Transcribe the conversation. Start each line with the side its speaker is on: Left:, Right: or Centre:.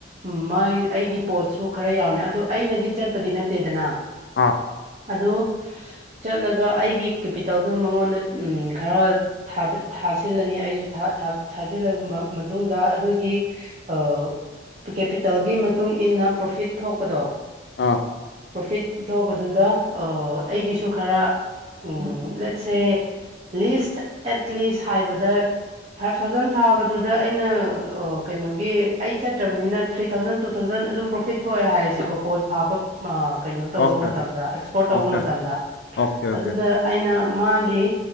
Right: ꯎꯝ ꯃꯥꯒꯤ ꯑꯩꯒꯤ ꯄꯣꯠꯁꯨ ꯈꯔ ꯌꯥꯎꯔꯅꯦ ꯑꯗꯣ ꯑꯩꯅꯗꯤ ꯆꯠꯄꯗꯤ ꯅꯠꯇꯦꯗꯅ
Left: ꯑꯥ
Right: ꯑꯗꯨ ꯆꯠꯂꯒ ꯑꯩꯒꯤ ꯀꯦꯄꯤꯇꯦꯜꯗꯨ ꯃꯉꯣꯟꯗ ꯎꯝ ꯈꯔ__ ꯊꯥꯗ-ꯊꯥꯁꯤꯜꯂꯅꯤ ꯑꯩꯁꯨ ꯊꯥ-ꯊꯥ-ꯊꯥꯖꯤꯜꯂ ꯃꯇꯨꯡꯗ ꯑꯗꯨꯒꯤ__ ꯑꯥ ꯀꯦꯄꯤꯇꯥꯦꯜꯒꯤ ꯃꯇꯨꯡ ꯏꯟꯅ ꯄ꯭ꯔꯣꯐꯤꯠ ꯊꯣꯛꯄꯗꯣ__
Left: ꯑꯥ
Right: ꯄ꯭ꯔꯣꯐꯤꯠ__ ꯇꯧꯕꯗꯨꯗ ꯑꯩꯒꯤꯁꯨ ꯈꯔ ꯎ ꯂꯠꯁꯦ__ ꯂꯤꯁ ꯑꯦꯠ ꯂꯤꯁ ꯍꯥꯏꯕꯗ__ ꯐꯥꯏꯚ ꯊꯥꯎꯖꯟ ꯊꯥꯕꯗꯨꯗ ꯑꯩꯅ ꯀꯩꯅꯣꯒꯤ ꯑꯩ ꯆꯠꯇ꯭ꯔꯕꯅꯤꯅ__ ꯊ꯭ꯔꯤ ꯊꯥꯎꯖꯟ ꯇꯨ ꯊꯥꯎꯖꯟ ꯑꯗꯨꯝ ꯄ꯭ꯔꯣꯐꯤꯠ ꯊꯣꯛꯑꯦ ꯍꯥꯏꯔꯁꯦꯀꯣ ꯄꯣꯠ ꯊꯥꯕ ꯑ ꯀꯩꯅꯣ ꯇꯧꯕ
Left: ꯑꯣꯀꯦ
Right: ꯃꯇꯝꯗ ꯑꯦꯛꯁꯄꯣꯔꯠ ꯇꯧꯕ
Left: ꯑꯣꯀꯦ
Right: ꯃꯇꯝꯗ
Left: ꯑꯣꯀꯦ ꯑꯣꯀꯦ
Right: ꯑꯗꯨꯗ ꯑꯩꯅ ꯃꯥꯒꯤ